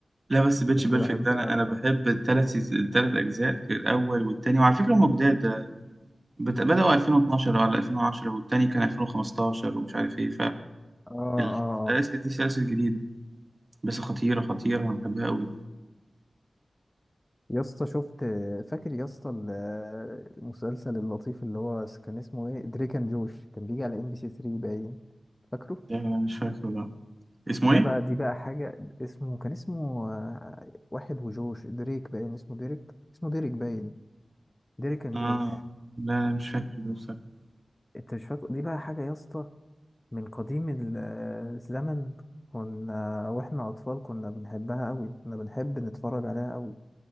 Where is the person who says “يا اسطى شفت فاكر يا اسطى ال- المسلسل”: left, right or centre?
Left